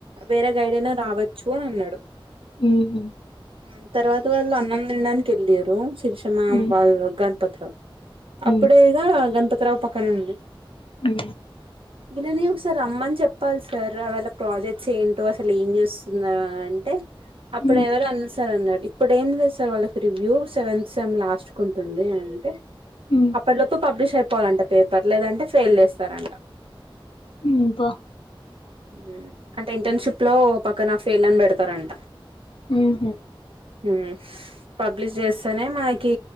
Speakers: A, on the right; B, on the left.
A: వేరే గైడ్ అయినా రావచ్చు అని అన్నాడు
B: ఉహు
A: ఉ తర్వాత వాళ్ళు అన్నం తిండానికి వెళ్ళిరు శిర్షమా
B: హ్మ్.
A: వాళ్ళ గట్ల
B: హ్మ్.
A: అప్పుడే గా గణపతి రావు పక్కనే ఉంది
B: ఉ
A: వీళ్ళని ఒకసారి రమ్మని చెప్పాలి సార్ వాళ్ళ ప్రాజెక్ట్స్ ఏంటో అసలు ఏం చేస్తున్నారు అంటే అప్పుడు
B: హ్మ్. హ్మ్.
A: ఎవరు అన్నారు సార్ అన్నాడు ఇప్పుడు ఏం లేదు సార్ వాళ్ళకి రివ్యూ సెవెంత్ సెమ్ లాస్ట్ కు ఉంటుంది అంటే
B: హ్మ్.
A: అప్పటిలోపు పబ్లిష్ అయిపోవాలంట పేపర్ లేదంటే ఫెయిల్ చేస్తారంట
B: ఉ బా
A: ఉ అంటే ఇంటర్న్షిప్ లో ఓ పక్కనా ఫెయిల్ అని పెడతారంట
B: ఉహు
A: ఊ పబ్లిష్ చేస్తేనే మనకి